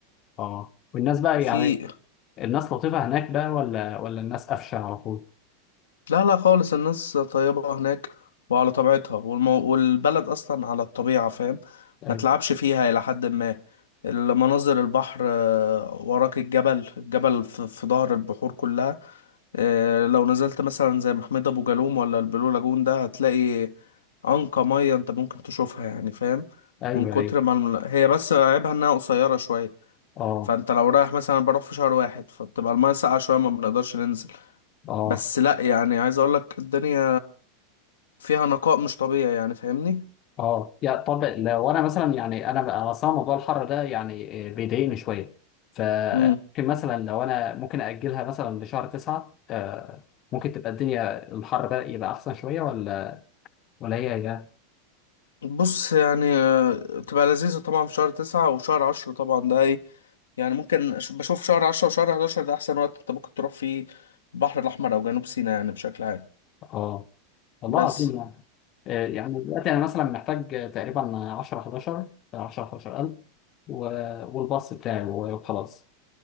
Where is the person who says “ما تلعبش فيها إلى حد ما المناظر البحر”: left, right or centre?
Left